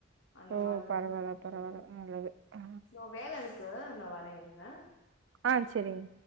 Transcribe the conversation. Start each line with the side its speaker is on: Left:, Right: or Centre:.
Left: அந்த
Right: ஓ
Left: மாரிதா
Right: பரவால்ல
Left: இது பண்ணிட்ருக்கே
Right: பரவால்ல நல்லது ஆ
Left: தோ வேலருக்கு இதோ வர இருங்க
Right: ஆ செரிங்